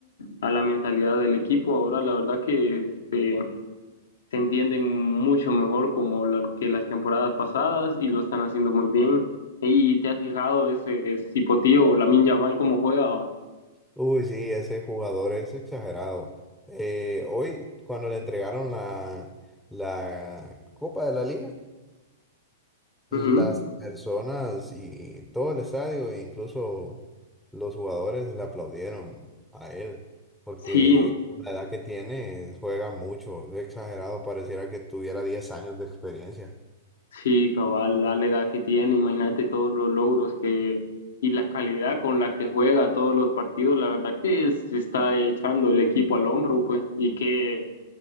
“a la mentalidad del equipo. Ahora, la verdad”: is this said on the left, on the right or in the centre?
Left